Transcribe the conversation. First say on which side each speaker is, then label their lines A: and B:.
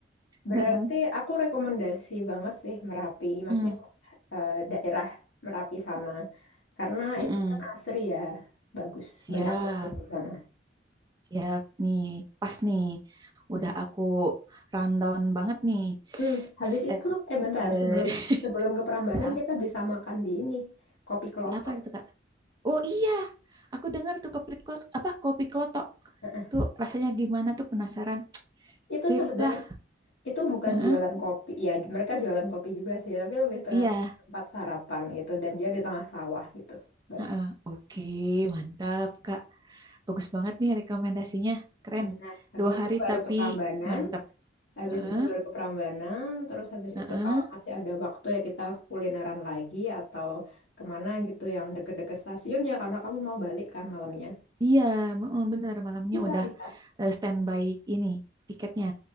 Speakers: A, on the left (about 85°); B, on the right (about 20°).
A: Berarti
B: Heeh.
A: aku rekomendasi banget sih Merapi, maksudnya
B: Mm,
A: eh, daerah Merapi sana. Karena
B: mm-mm.
A: itu kan asri ya, bagus,
B: Siap,
A: banyak pohon di sana.
B: siap nih, pas nih,
A: Hmm.
B: udah aku rundown banget nih.
A: Hmm, Habis
B: S-
A: itu,
B: eh,
A: eh bentar,
B: eh,
A: sebelum
B: <laughs>
A: sebelum ke Prambanan
B: apa,
A: kita bisa makan di ini, kopi klotok.
B: apa itu Kak? Oh iya, aku dengar tuh kopi klotok, apa kopi klotok
A: Heeh.
B: tuh rasanya gimana tuh penasaran.
A: Itu
B: Sip
A: sebenarnya
B: lah,
A: itu bukan
B: Heeh,
A: jualan kopi, ya mereka jualan kopi juga sih, tapi lebih ke
B: iya,
A: tempat sarapan gitu, dan dia di tengah sawah gitu, bagus.
B: Heeh. Oke, mantap Kak. Bagus banget nih rekomendasinya. Keren.
A: Hmm, Nah, habis
B: Dua
A: itu
B: hari
A: baru
B: tapi
A: ke Prambanan,
B: mantep.
A: Habis
B: Heeh,
A: itu baru ke Prambanan, terus habis
B: heeh.
A: itu kalau masih ada waktu ya kita kulineran lagi atau kemana gitu yang deket-deket stasiun ya karena kamu mau balik kan malamnya.
B: Iya, heeh, bener. Malamnya
A: Bisa,
B: udah
A: bisa.
B: eh, standby ini tiketnya.